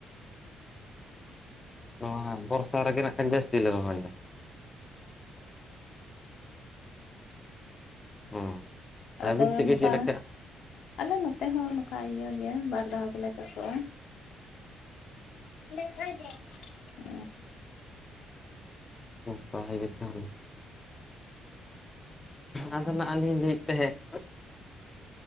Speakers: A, on the left; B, on the left.
A: ᱱᱚᱣᱟ ᱵᱚᱨᱥᱟ ᱨᱮᱜᱮ ᱱᱟᱸᱜ ᱠᱷᱟᱱ ᱡᱟᱹᱥᱛᱤ ᱞᱮ ᱨᱚᱦᱚᱭᱟ ᱦᱩᱸ
B: ᱟᱫᱚ
A: ᱟᱹᱵᱤᱱ ᱥᱮᱫ
B: ᱱᱚᱝᱠᱟ
A: ᱜᱮ ᱪᱮᱫ ᱞᱮᱠᱟ
B: ᱟᱞᱮ ᱱᱚᱛᱮ ᱦᱚᱸ ᱱᱚᱝᱠᱟ ᱤᱭᱟᱹ ᱜᱮ ᱵᱟᱨ ᱫᱷᱟᱣ ᱜᱮᱞᱮ ᱪᱟᱥᱚᱜᱼᱟ᱾ <unintelligible>
A: <unintelligible> <unintelligible> ᱜᱮ ᱛᱟᱦᱚᱞᱮ᱾ ᱟᱫᱚ ᱱᱟᱜ ᱞᱤᱧ ᱞᱟᱹᱭᱮᱫ ᱛᱟᱦᱮᱸᱫ᱾